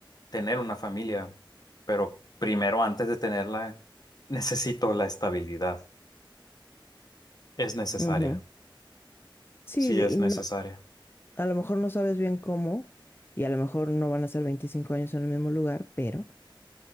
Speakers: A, on the left; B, on the left.
A: tener una familia, pero primero antes de tenerla, necesito la estabilidad. Es necesaria,
B: ujú. Sí,
A: sí
B: de-
A: es
B: y no,
A: necesaria.
B: A lo mejor no sabes bien cómo y a lo mejor no van a ser 25 años en el mismo lugar, pero